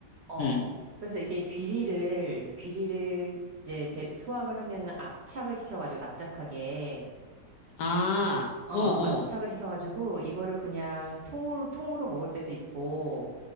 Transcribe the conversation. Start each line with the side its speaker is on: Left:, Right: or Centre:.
Right: 어,
Left: 음.
Right: 그래서 이게 귀리를, 귀리를 이제 제, 수확을 하면은 압착을 시켜가지고, 납작하게,
Left: 아,
Right: 어,
Left: 어, 어.
Right: 압착을 시켜가지고, 이거를 그냥 통으로, 통으로 먹을 때도 있고,